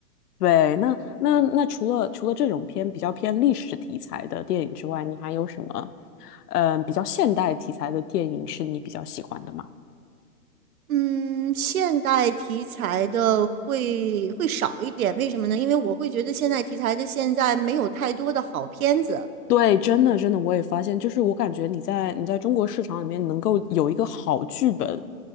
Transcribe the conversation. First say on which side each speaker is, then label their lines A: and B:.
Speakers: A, on the left; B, on the right.
A: 对，那那那除了除了这种偏比较偏历史题材的电影之外，你还有什么，嗯、比较现代题材的电影是你比较喜欢的吗？
B: 嗯，现代题材的会会少一点，为什么呢？因为我会觉得现代题材的现在没有太多的好片子。
A: 对，真的真的，我也发现，就是我感觉你在你在中国市场里面能够有一个好剧本，